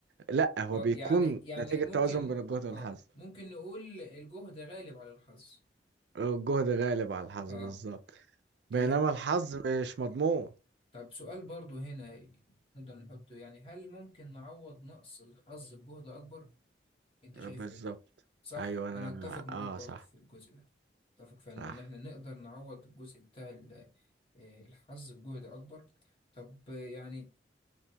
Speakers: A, on the right (about 70°); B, on the left (about 30°).
A: لأ هو
B: آه،
A: بيكون
B: يعني يعني
A: نتيجة
B: ممكن
A: توازن بين الجهد والحظ
B: اه ممكن نقول الجهد غالب على الحظ
A: الجهد غالب على الحظ
B: اه
A: بالظبط
B: طيب
A: بينما الحظ مش مضمون
B: طب سؤال برضو هنا نقدر نحطه يعني هل ممكن نعوض نقص الحظ بجهد أكبر؟ أنت
A: بالظبط
B: شايف إيه؟ صح
A: أيوة أنا
B: أنا أتفق معاك
A: آه
B: برضو
A: صح
B: في الجزء ده أتفق فعلا
A: صح
B: إن إحنا نقدر نعوض الجزء بتاع ال- آه، الحظ بجهد أكبر طب آه، يعني